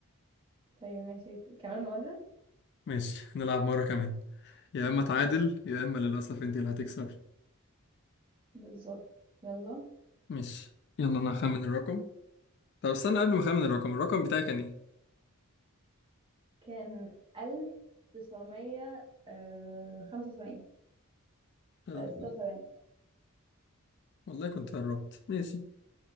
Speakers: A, on the right; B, on the left.
A: طيب ماشي كمان مرة
B: ماشي نلعب مرة كمان يا إما تعادل يا إما للأسف أنت اللي هتكسب
A: بالظبط يلا
B: ماشي يلا أنا هخمن الرقم طب استنى قبل ما أخمن الرقم الرقم بتاعي كان إيه؟
A: كان 1975 آه،
B: ال-
A: 76
B: والله كنت قربت ماشي